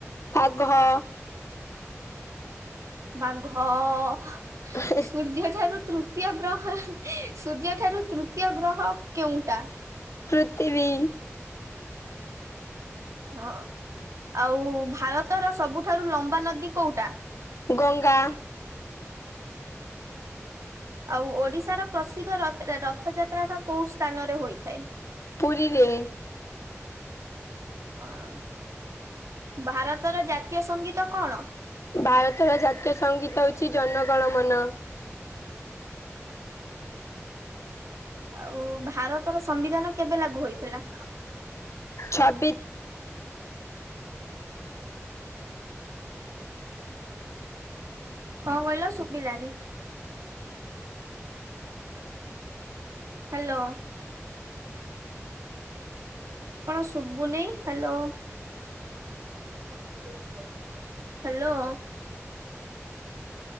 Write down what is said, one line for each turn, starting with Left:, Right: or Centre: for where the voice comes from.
Left: ବାଘ।
Right: ବାଘ
Left: <inaudible>
Right: ସୂର୍ଯ୍ୟ ଠାରୁ ତୃତୀୟ ଗ୍ରହ ସୂର୍ଯ୍ୟ ଠାରୁ ତୃତୀୟ ଗ୍ରହ କେଉଁଟା?
Left: ପୃଥିବୀ।
Right: ହଁ ଆଉ ଭାରତର ସବୁଠାରୁ ଲମ୍ବା ନଦୀ କୋଉଟା?
Left: ଗଂଙ୍ଗା।
Right: ଆଉ ଓଡିଶାର ପ୍ରସିଦ୍ଧ ରତ ରଥଯାତ୍ରା ଟା କୋଉ ସ୍ଥାନରେ ହୋଇଥାଏ?
Left: ପୁରୀରେ।
Right: ହ ଭାରତର ଜାତୀୟ ସଙ୍ଗୀତ କଣ?
Left: ଭାରତର ଜାତୀୟ ସଙ୍ଗୀତ ହେଉଛି ଜନ ଗଣ ମନ।
Right: ଆଉ ଭାରତର ସମ୍ବିଧାନ କେବେ ଲାଗୁ ହେଇଥିଲା?
Left: ଛବିଶ
Right: କଣ କହିଲ ଶୁଭିଲାଣିି? ହ୍ୟାଲୋ। କଣ ଶୁଭୁନି ହ୍ୟାଲୋ? ହ୍ୟାଲୋ